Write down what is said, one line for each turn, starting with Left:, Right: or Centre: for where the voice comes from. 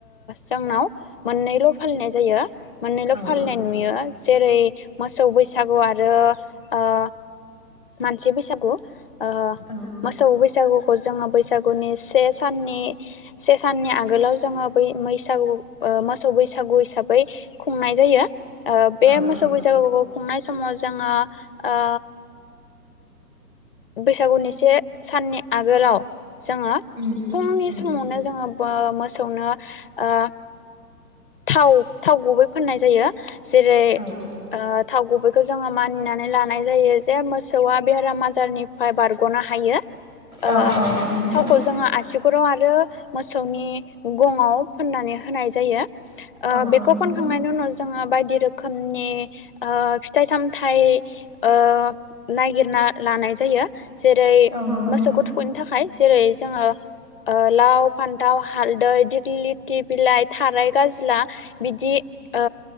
Left: जोंनाव मोननैल फालिनाय जायो। मोननैल
Right: औ
Left: फालिनाय
Right: औ
Left: नुयो जेरै मोसौ बैसागु आरो ओ मानसि बैसागु ओ
Right: औ
Left: मोसौ बैस सागुखौ जोङो बैसागुनि से साननि आगोलाव जोङो बै मैसागु ओ मोसौ बैसागु हिसाबै खुंनाय जायो ओ बे
Right: औ
Left: मोसौ
Right: औ
Left: बैसागु खुंनाय समाव जोङो ओ बैसागुनि से साननि आगोलाव जोङो
Right: उम
Left: फुंनि
Right: उम
Left: समावनो जोङो बो मोसौनो ओ थाव थाव गुबै फोननाय जायो जेरै
Right: औ
Left: ओ थाव गुबैखौ जोङो मानिनानै लानाय जायो जे मोस सौआ बेराम आजारनिफ्राय बारगनो हायो ओ
Right: औ औ नंगौ नोंथां
Left: थावखौ जोङो आसुगुराव आरो मोसौनि गङाव फोननानै होनाय जायो ओ
Right: औ
Left: बेखौ
Right: औ नंगौ
Left: फोनखांनायनि उनाव जोङो बायदि रोखोमनि ओ फिथाइ सामथाइ ओ नागिर ना लानाय जायो जेरै
Right: औ नंगौ
Left: मोसौखौ
Right: नोंथां
Left: थुखैनो थाखाय जेरै जोङो ओ लाव फान्थाव हालदै दिग्लिथि बिलाइ थाराय गाज्ला बिदि ओ